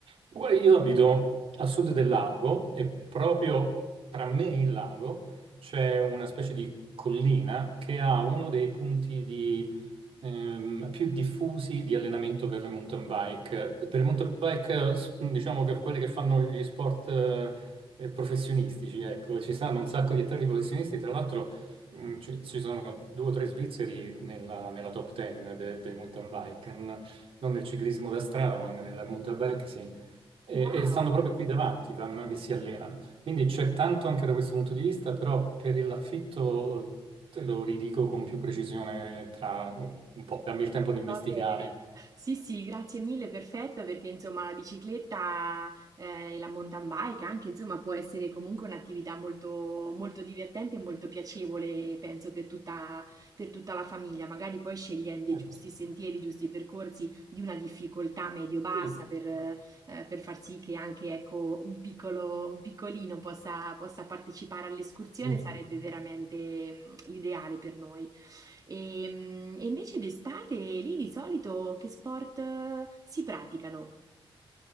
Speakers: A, on the right; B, on the right.
A: Guarda, Io abito a sud del lago e proprio tra me e il lago c'è una specie di collina che ha uno dei punti ehm, più diffusi di allenamento per le mountain bike. Per le mountain bike, eh, s- diciamo per quelle che fanno gli sport eh, eh, professionistici, ecco, ci stanno un sacco di atleti professionisti, tra l'altro mh, ci, ci sono due o tre svizzeri nella, nella top ten de- dei mountain bike, n- non nel ciclismo da strada, ma nella mountain bike sì e,
B: Wow.
A: e stanno proprio qui davanti, fanno non è che si allenano. Quindi c'è tanto anche da questo punto di vista, però per l'affitto te lo ridico con più precisione tra un po', dammi il tempo di investigare.
B: Va bene, sì sì, grazie mille, perfetto, perché insomma la bicicletta eh, e la mountain bike anche, insomma, può essere comunque un'attività molto, molto divertente e molto piacevole, penso, per tutta, per tutta la famiglia, magari poi scegliendo
A: Certo.
B: i giusti sentieri, i giusti percorsi di una difficoltà medio-bassa
A: Sì,
B: per, eh, per far sì che anche, ecco, un piccolo, un piccolino possa, possa partecipare all'escursione,
A: sì.
B: sarebbe veramente mm, l'ideale per noi. E, mm, e invece d'estate lì di solito che sport eh, si praticano?